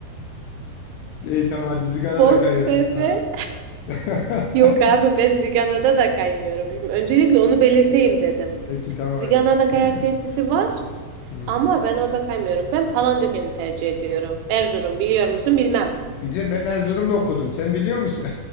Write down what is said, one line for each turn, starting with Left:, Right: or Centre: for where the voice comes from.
Left: İyi tamam hadi Zigan'a
Right: <laughs> Boztepe.
Left: da kayıyorsun tamam. <laughs>
Right: Yok abi ben Zigana'da da kaymıyorum. Şimdi öncelikle onu belirteyim dedim.
Left: Peki tamam
Right: Zigana'da
Left: hadi.
Right: kayak
Left: <laughs>
Right: tesisi var
Left: Hı.
Right: ama ben orada kaymıyorum. Ben Palandöken'i tercih ediyorum. Erzurum biliyor musun bilmem.
Left: Bilir ben Erzurum'da okudum. Sen biliyor musun?